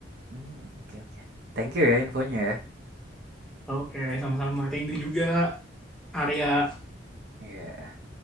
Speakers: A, on the right; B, in the centre.
A: Hmm, oke oke. Thank you ya infonya ya.
B: Oke, sama-sama. Thank you juga Arya.
A: Iya. Yeah.